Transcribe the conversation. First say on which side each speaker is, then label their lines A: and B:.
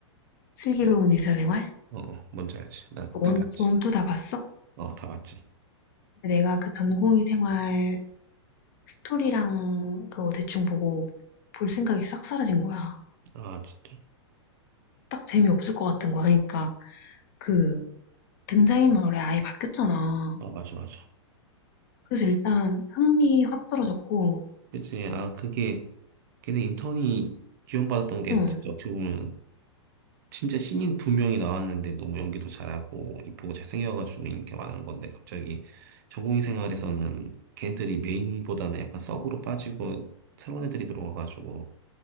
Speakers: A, on the left; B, on the right.
A: 슬기로운 의사생활?
B: 어, 어, 뭔지 알지 나
A: 원,
B: 다 봤지
A: 원투 다 봤어?
B: 어 다 봤지
A: 근데 내가 그 전공의 생활 스토리랑 그거 대충 보고 볼 생각이 싹 사라진 거야.
B: 아 진짜
A: 딱 재미없을 것 같은 거야. 그러니까 그 등장인물이 아예 바뀌었잖아.
B: 아, 맞아, 맞아.
A: 그래서 일단 흥미 확 떨어졌고,
B: 그치. 아, 그게, 걔네 인턴이 기원받았던 게
A: 응.
B: 진짜 어떻게 보면, 진짜 신인 두 명이 나왔는데 너무 연기도 잘하고, 이쁘고 잘생겨가지고 인기가 많은 건데, 갑자기 전공의 생활에서는 걔네들이 메인보다는 약간 서브로 빠지고, 새로운 애들이 들어와가지고,